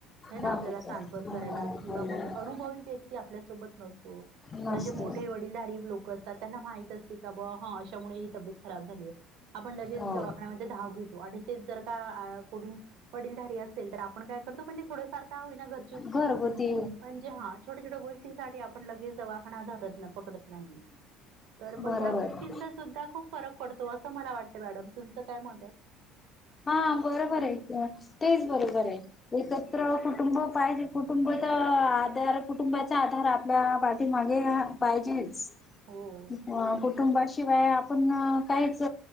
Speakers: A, on the right; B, on the left.
A: हे ना
B: बापच
A: आपल्याला सांत्वन
B: हो
A: करायला किंवा
B: बरोबर
A: मग अनुभवी व्यक्ती आपल्यासोबत नसतो
B: नसते
A: जसे मोठे वडीलधारी लोक करतात त्यांना माहित असते का ब हा अशामुळे ही तब्येत खराब झाली आहे आपण लगेच
B: हो
A: दवाखान्यामध्ये धाव घेतो आणि तेच जर का कोणी वडील धारी असेल तर आपण काय करतो म्हणजे थोडेफार काय होईना घर
B: घरगुती
A: म्हणजे हा छोट्या छोट्या गोष्टींसाठी आपण लगेच दवाखाना धरत नाही पकडत नाही तर मग
B: बरोबर
A: ह्या गोष्टींचा सुद्धा खूप फरक पडतो अस अस मला वाटत मॅडम तुमच काय मत आहे
B: हा बरोबर आहे तेच बरोबर आहे एकत्र कुटुंब पाहिजे कुटुंब तर आधार कुटुंबाच्या आधार आपल्या ते मागे या पाहिजेच
A: हो.
B: अ कुटुंबाशिवाय आपण काहीच